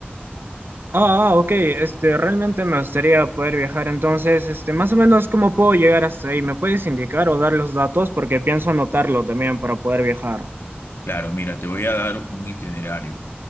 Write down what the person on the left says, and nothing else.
Claro, mira, te voy a dar un itinerario.